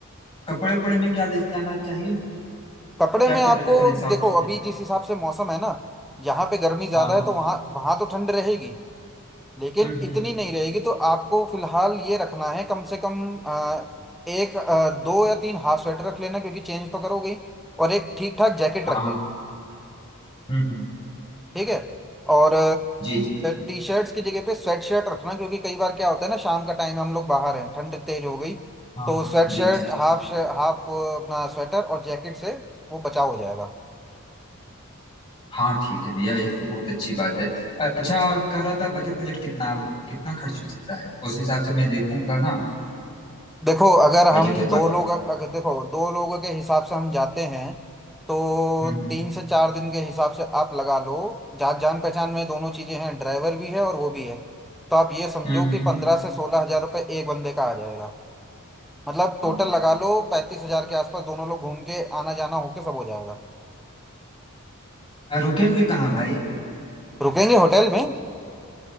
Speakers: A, on the left; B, in the centre.
A: कपड़े उपड़े में क्या ले जाना चाहिए
B: कपड़े
A: क्या
B: में
A: क्या
B: आपको
A: रख लें साथ
B: देखो
A: रख लें
B: अभी जिस हिसाब से मौसम है ना यहाँ पे गर्मी ज्यादा
A: हाँ हाँ
B: है तो वहाँ वहाँ तो ठंड रहेगी लेकिन
A: हम्म
B: इतनी
A: हम्म,
B: नहीं रहेगी तो आपको फिलहाल ये रखना है कम से कम अ, एक अ, दो या तीन हाफ स्वेटर रख लेना क्योंकि चेंज तो करोगे ही और एक ठीक ठाक जैकेट
A: हाँ
B: रख
A: हाँ,
B: लेना
A: हम्म हम्म,
B: ठीक है और
A: जी जी
B: टी शर्ट्स की जगह पे स्वेट शर्ट रखना क्योंकि कई बार क्या होता है ना शाम का टाइम हम लोग बाहर हैं ठंड तेज हो गई
A: हाँ
B: तो
A: हाँ
B: स्वेट
A: जी
B: शर्ट
A: जी
B: हाफ हाफ अपना स्वेटर और जैकेट से वो बचाव हो जाएगा
A: हाँ ठीक है भैया यह तो बहुत अच्छी बात है अच्छा कह रहा था बजट बजट कितना कितना खर्च हो सकता है उस हिसाब से मैं देखूंगा ना
B: देखो अगर
A: बजट
B: हम
A: इस
B: दो
A: बार
B: लोग अगर देखो दो लोगों के हिसाब से हम जाते हैं तो
A: हम्म हम्म
B: तीन से चार दिन के हिसाब से आप लगा लो जा, जान पहचान में दोनों चीजें हैं ड्राइवर भी है और वो भी है तो आप ये समझो
A: हम्म हम्म,
B: कि पंद्रह से सोलह हजार रुपये एक बंदे का आ जाएगा मतलब
A: हम्म।
B: टोटल लगा लो पैंतीस हजार के आसपास दोनों लोग घूम के आना जाना होके सब हो जाएगा
A: हाँ रुकेंगे कहाँ भाई
B: रुकेंगे होटल में